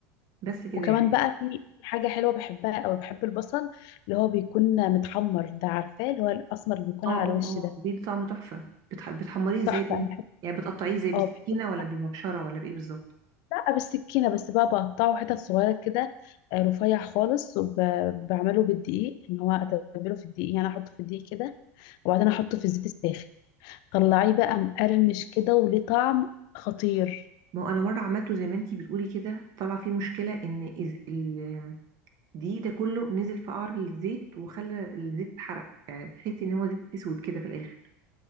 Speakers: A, on the right; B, on the left.
A: بس كده
B: وكمان
A: يعني
B: بقى في حاجه حلوه بحبها قوي بحب البصل اللي هو بيكون متحمر ده عارفاه اللي هو الاسمر اللي بيكون
A: اه
B: على
A: اه
B: الوش
A: اه
B: ده
A: بيدي طعم تحفه بتح... بتحمريه ازاي
B: تحفه
A: بقى
B: أنا بحب
A: يعني بتقطعيه ازاي بالسكينه
B: اه بحب
A: ولا بالمبشره ولا بايه بالظبط
B: لا بالسكينة بس بقى بقطعه حتت صغيرة كده آه، رفيع خالص وبعمله بالدقيق ان هو اتبله في الدقيق يعني احطه في الدقيق كده وبعدين احطه في الزيت الساخن طلعيه بقى مقرمش كده وليه طعم خطير
A: ما هو انا مره عملته زي ما انتي بتقولي كده طلع فيه مشكله ان إز... ال... دي ده كله نزل في قعر الزيت وخلى الزيت اتحرق يعني تحسي ان هو زيت اسود كده في الاخر